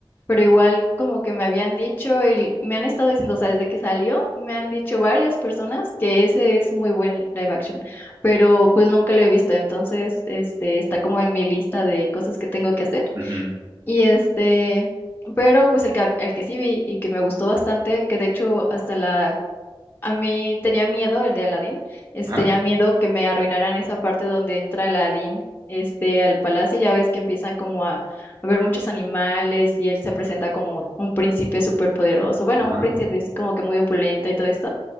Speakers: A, on the left; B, on the right.
A: pero igual como que me habían dicho y me han estado diciendo, o sea, desde que salió, me han dicho varias personas que ese es muy buen live action, pero pues nunca lo he visto, entonces, este, está como en mi lista de cosas que tengo que hacer.
B: Ujú,
A: Y este, pero pues el que, el que sí vi y que me gustó bastante, que de hecho hasta la, a mí tenía miedo, el de Aladdin, es-
B: Ajá.
A: tenía miedo que me arruinaran esa parte donde entra Aladdin, este, al palacio, ya ves que empiezan como a, a ver muchos animales y él se presenta como un príncipe súper poderoso, bueno,
B: Ajá.
A: un príncipe así como que muy opulento y todo esto.